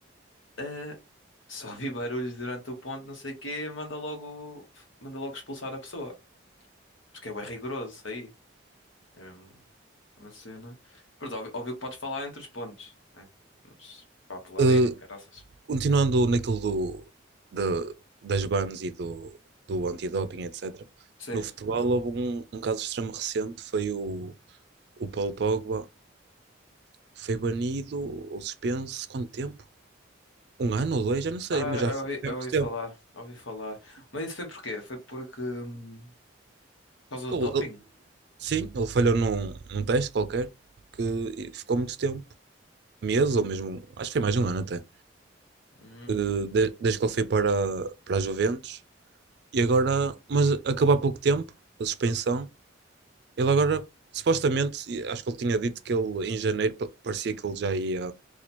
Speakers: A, on the left; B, on the right.
A: ah, só vi barulhos durante o ponto, não sei o quê, manda logo, manda logo expulsar a pessoa. Porque é bem rigoroso isso aí. É mesmo uma cena. Pronto, óbvio, óbvio que podes falar entre os pontos, né? Mas para aplaudir
B: Eh,
A: e caraças.
B: continuando naquilo do, da- das bans e do, do antidoping, etc.
A: Sim.
B: No futebol houve um, um caso extremo recente, foi o, o Paulo Pogba, foi banido ou suspenso, quanto tempo? Um ano ou dois, já não sei,
A: Ah,
B: mas
A: eu
B: já foi
A: ouvi, eu
B: muito
A: ouvi
B: tempo.
A: falar, ouvi falar. Mas isso foi porquê? Foi porque, hum, por causa do
B: Ele-
A: doping?
B: ele- sim, ele falhou num, num teste qualquer, que ficou muito tempo, meses ou mesmo, acho que foi mais de um ano até,
A: Hum,
B: eh, de- desde que ele foi para, para a Juventus. E agora, mas acabou há pouco tempo, a suspensão, Ele agora, supostamente, acho que ele tinha dito que ele em janeiro pa- parecia que ele já ia